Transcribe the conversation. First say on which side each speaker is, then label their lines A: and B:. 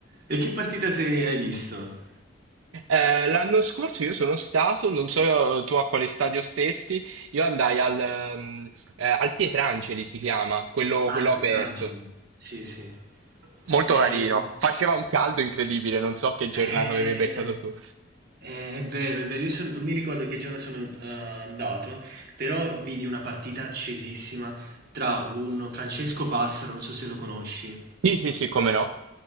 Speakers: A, on the right; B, on the right.
A: e che partita se hai visto?
B: Eh, l'anno scorso io sono stato, non so tu a quale stadio stesti, io andai al, ehm, eh, al Pietrangeli, si chiama, quello,
A: Ah,
B: quello
A: il
B: aperto.
A: Petrangeli. Sì, sì. sì.
B: Molto
A: Eh,
B: carino. Faceva un caldo incredibile, non so che giornata
A: Eh,
B: avevi beccato tu.
A: eh, è vero, è vero. Io son- non mi ricordo che giorno sono eh, andato, però vidi una partita accesissima tra un Francesco Passaro, non so se lo conosci,
B: Sì, sì, sì, come no.